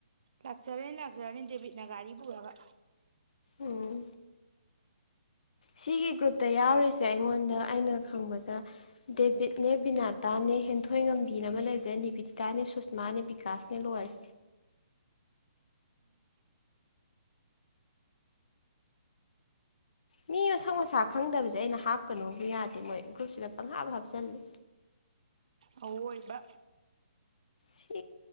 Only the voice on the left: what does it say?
ꯎꯝ ꯁꯤꯒꯤ ꯒ꯭ꯔꯨꯞꯇ ꯌꯥꯎꯔꯤꯁꯦ ꯑꯩꯉꯣꯟꯗ ꯑꯩꯅ ꯈꯪꯕꯗ ꯗꯦꯕꯤꯠꯅꯦ ꯕꯤꯅꯥꯇꯥꯅꯦ ꯍꯦꯟꯊꯣꯏ ꯉꯝꯕꯤꯅ ꯑꯃ ꯂꯩꯕꯗ ꯅꯤꯕꯤꯇꯥꯅꯦ ꯁꯨꯁꯃꯥꯅꯦ ꯕꯤꯀꯥꯁꯅꯦ ꯂꯣꯏꯔꯦ ꯃꯤ ꯃꯁꯛ ꯃꯁꯥ ꯈꯪꯗꯕꯁꯦ ꯑꯩꯅ ꯍꯥꯞꯀꯅꯨꯕꯨ ꯌꯥꯗꯦ ꯃꯣꯏ ꯒ꯭ꯔꯨꯞꯁꯤꯗ ꯄꯪꯍꯥꯞ ꯍꯥꯞꯆꯜꯂꯦ
ꯁꯤ